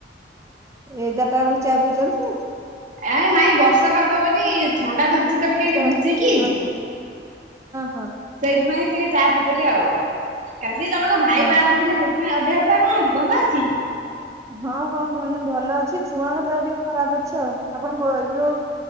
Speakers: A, on the right; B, on the right.
A: ଏଗାରଟା ବେଳକୁ ଚା ପିଉଛନ୍ତି।
B: ଏ ନାଇଁ ବର୍ଷା ପାଗ ବୋଲି ଥଣ୍ଡା ଧର ଚିତ ଟିକେ ଭିଜିକି।
A: ହଁ ହଁ ହଁ
B: ସେଇଥିପାଇଁ ଟିକେ ଚା ପିଇଦେଲି ଆଉ କାଲି ସେ ଜଣଙ୍କ ଭାଇ
A: ହଁ
B: ବାହାଘର ଥିଲା ସେଇ ଥିପାଇ ଅ ଦେହ ପା କଣ ଭଲ ଅଛି?
A: ହଁ ହଁ ମାନେ ଭଲ ଅଛି ଛୁଆଙ୍କ ଦେହ ଟିକେ ଖରାପ ଅଛି ଆଉ ଆପଣଙ୍କ ଏଇ ଯୋଉ